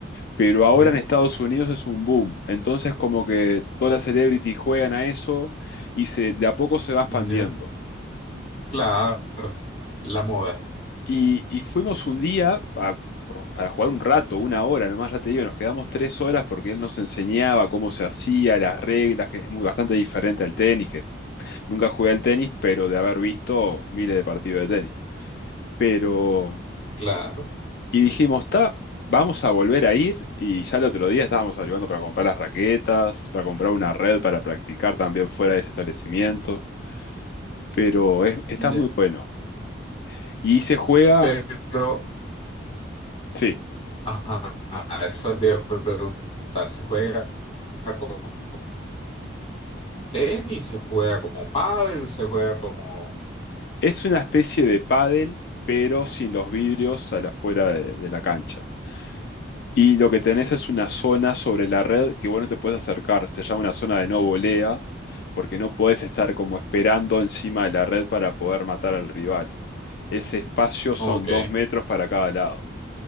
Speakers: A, on the left; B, on the left.
A: pero ahora
B: ¿Ok?
A: en Estados Unidos es un boom. Entonces como que todas las celebrities juegan a eso y se, de a poco se va expandiendo.
B: ¿Ya? Claro. La moda.
A: Y, y fuimos un día a- pro- para jugar un rato, una hora nomás, ya te digo, nos quedamos tres horas porque él nos enseñaba cómo se hacía, las reglas, que es muy, bastante diferente al tenis, que nunca jugué al tenis, pero de haber visto miles de partidos de tenis. Pero,
B: Claro.
A: y dijimos, está, vamos a volver a ir, y ya el otro día estábamos averiguando para comprar las raquetas, para comprar una red para practicar también fuera de ese establecimiento, pero es- está
B: ¿Ya?
A: muy bueno. Y se juega,
B: Pero,
A: sí.
B: ajá, eso te iba a preguntar. ¿Se juega como tenis? ¿Se juega como pádel? ¿Se juega como...?
A: Es una especie de pádel, pero sin los vidrios a la fuera de, de la cancha. Y lo que tenés es una zona sobre la red que vos no te puedes acercar. Se llama una zona de no volea, porque no podés estar como esperando encima de la red para poder matar al rival. Ese espacio son
B: Ok,
A: dos metros para cada lado